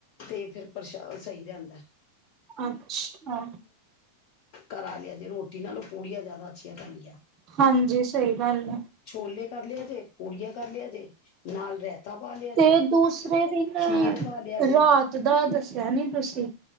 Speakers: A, on the left; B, on the right.
A: ਤੇ ਫਿਰ ਪਰਸ਼ ਸਹੀ ਰਹਿੰਦਾ।
B: ਅੱਛਾ।
A: ਘਰ ਲਿਆ ਜੇ ਰੋਟੀ ਨਾਲ ਪੂੜੀਆਂ ਜਿਆਦਾ ਅੱਛੀਆਂ ਰਹਿੰਦੀਆਂ।
B: ਹਾਂਜੀ ਸਹੀ। ਵੱਲ।
A: ਛੋਲੇ ਕਰ ਲਿਆ ਜੇ ਪੂੜੀਆਂ ਕਰ ਲਿਆ। ਜੇ ਨਾਲ ਰਾਇਤਾ ਪਾ ਲਿਆ ਜੇ
B: ਤੇ ਦੂਸਰੇ ਦਿਨ
A: ਖੀਰ ਪਾ ਲਿਆ ਜੇ
B: ਰਾਤ ਦਾ ਦੱਸਿਆ ਨੀ ਤੁਸੀਂ।